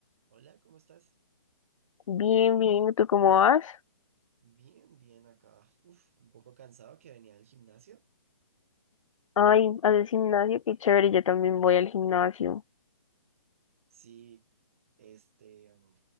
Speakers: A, on the right; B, on the left.
A: Hola, ¿cómo estás?
B: Bien, bien, ¿tú cómo vas?
A: Bien, bien acá. Uf, un poco cansado que venía del gimnasio.
B: Ay, ¿haces gimnasio? Qué chévere, yo también voy al gimnasio.
A: Sí, este, mm,